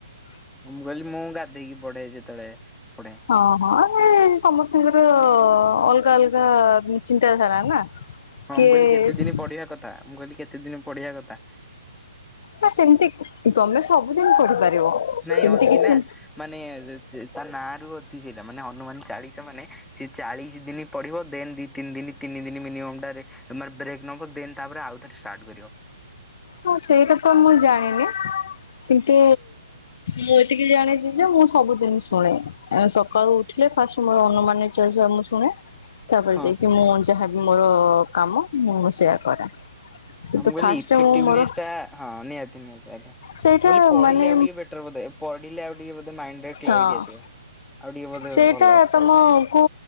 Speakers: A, in the centre; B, on the left.
A: ମୁଁ କହିଲି ମୁଁ ଗାଧେଇକି ପଢେ ଯେତେବେଳେ ପଢେ।
B: ହଁ ହଁ ଏ ସମସ୍ତଙ୍କିର ଅଲଗା ଅଲଗା ଚିନ୍ତାଧାରା ନା।
A: ହଁ
B: କିଏ
A: ମୁଁ କହିଲି କେତେ ଦିନି ପଢିଆ କଥା, ମୁଁ କହିଲି କେତେ ଦିନି ପଢିଆ କଥା?
B: ନା ସେମିତି ତମେ ସବୁଦିନି ପଢିପାରିବ।
A: ନାଇଁ
B: ସେମିତି
A: ଅଛିନା
B: କିଛି
A: ମାନେ ସେ ତାନାଁରୁ ଅଛି ସେଇଟା, ମାନେ ହନୁମାନ ଚାଳିଶା ମାନେ ସେଚାଳିଶି ଦିନି ପଢିବ ଦେନ୍ ଦି ତିନି ଦିନି ତିନି ଦିନି ମିନିମମ୍ ଟାରେ ମାନେ ବ୍ରେକ୍ ନବ ଦେନ୍ ତାପରେ ଆଉ ଥରେ ଷ୍ଟାର୍ଟ କରିବ।
B: ହଁ ସେଇଟା ତ ମୁଁ ଜାଣିନି। କିନ୍ତୁ ମୁଁ ଏତିକି ଜାଣିଚିଯେ ମୁଁ ସବୁଦିନି ଶୁଣେ। ଆଁ ସକାଳୁ ଉଠିଲେ ଫାଷ୍ଟ ମୋର ଅନୁମାନେ ଚାଳିଶିଆ ମୁଁ ଶୁଣେ। ତାପରେ
A: ହଁ
B: ଯାଇକି ମୁଁ ଯାହାବି ମୋର କାମ ମୁଁ ସେୟା କରେ କିନ୍ତୁ
A: ଆ ମୁଁ କହିଲି
B: ଫାଷ୍ଟ
A: ଇଫେକ୍ଟିଭ
B: ମୁଁ ମୋର
A: ନେସ୍ ଟା ହଁ ନିହାତି ନିହାତି ଆଜ୍ଞା।
B: ସେଇଟା
A: ମୁଁ କହିଲି ପଢିଲେ
B: ମାନେ
A: ଆଉ ଟିକେ ବେଟର ବୋଧେ, ପଢିଲେ ଆଉ ଟିକେ ବୋଧେ ମାଇଣ୍ଡରେ କ୍ଲାରିଟି
B: ହଁ
A: ଆସିବ। ଆଉ ଟିକେ ବୋଧେ
B: ସେଇଟା
A: ଭଲ
B: ତମ
A: ପଢିଲେ
B: କୁ